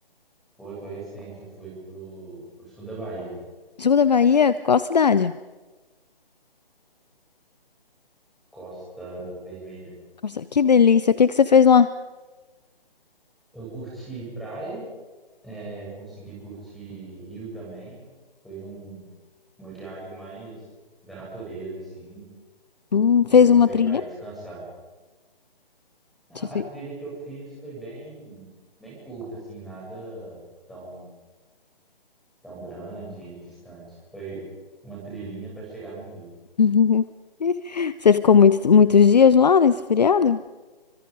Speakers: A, in the centre; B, on the left (about 45°).
A: Foi, foi recente, eu fui pro, pro sul da Bahia,
B: Sul da Bahia? Qual cidade?
A: Costa Vermelha.
B: Nossa, que delícia. O que que você fez lá?
A: Eu curti praia, é, consegui curtir rio também. Foi um, uma viagem mais da natureza, assim,
B: Hum,
A: de
B: fez
A: aproveitar
B: uma trilha?
A: e descansar. A,
B: Você fez...
A: a trilha que eu fiz foi bem, bem curta, assim, nada tão tão grande e distante. Foi uma trilhinha para chegar no Rio.
B: <laughs> Você ficou muito, muitos dias lá nesse feriado?